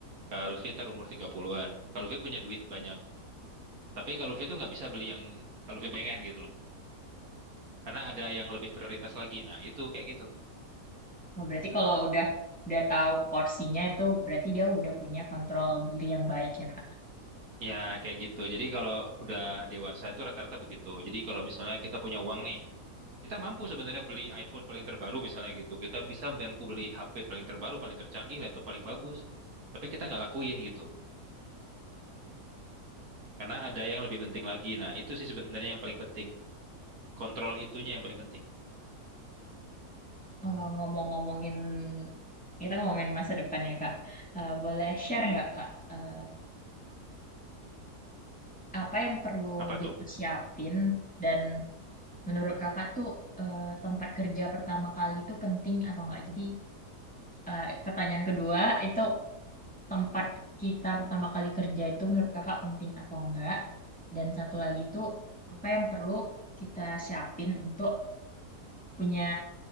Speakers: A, on the right; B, in the centre.
A: Kak Luffy ntar umur 30-an. Kak Luffy punya duit banyak. Tapi Kak Luffy tuh nggak bisa beli yang Kak Luffy pengen gitu loh. Karena ada yang lebih prioritas lagi. Nah, itu kayak gitu.
B: Oh, berarti kalau udah udah tahu porsinya itu berarti dia udah punya kontrol diri yang baik ya kak
A: Ya, kayak gitu. Jadi kalau udah dewasa itu rata-rata begitu. Jadi kalau misalnya kita punya uang nih, kita mampu sebenarnya beli iPhone paling terbaru misalnya gitu. Kita bisa mampu beli HP paling terbaru, paling tercanggih, laptop paling bagus. Tapi kita nggak lakuin gitu. Karena ada yang lebih penting lagi. Nah, itu sih sebenarnya yang paling penting. Kontrol itunya yang paling penting.
B: Eh, ngomong-ngomongin kita ngomongin masa depan ya kak Eh, boleh share
A: Hmm,
B: nggak kak Eh, apa yang perlu
A: apa
B: dipersiapin
A: tuh?
B: dan menurut kakak tuh eh, tempat kerja pertama kali itu penting atau enggak? Jadi eh, pertanyaan kedua itu tempat kita pertama kali kerja itu menurut kakak penting atau enggak? Dan satu lagi tuh apa yang perlu kita siapin untuk punya